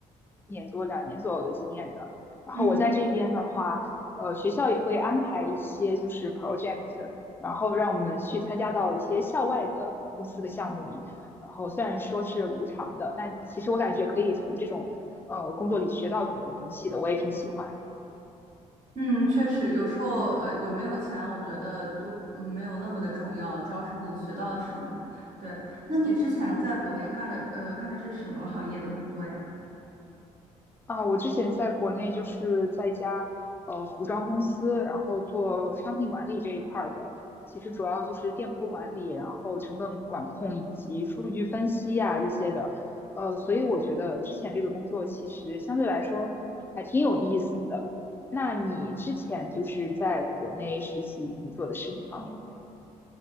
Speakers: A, on the left (about 15°); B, on the right (about 65°).
A: 有两年左右的经验的。然后我在这边的话，
B: 嗯
A: 呃，学校也会安排一些就是 project，然后让我们去参加到一些校外的公司的项目里。然后虽然说是无偿的，但其实我感觉可以从这种呃工作里学到挺多东西的，我也挺喜欢。
B: 嗯，确实，有时候呃，有没有钱，我觉得就嗯没有那么的重要，主要是你学到了什么。对，那你之前在国内干的呃干的是什么行业的工作呀？
A: 啊，我之前在国内就是在一家呃服装公司，然后做商品管理这一块儿的，其实主要就是店铺管理，然后成本管控以及数据分析啊这些的。呃，所以我觉得之前这个工作其实相对来说还挺有意思的。那你之前就是在国内实习，你做的是哪方面的内容？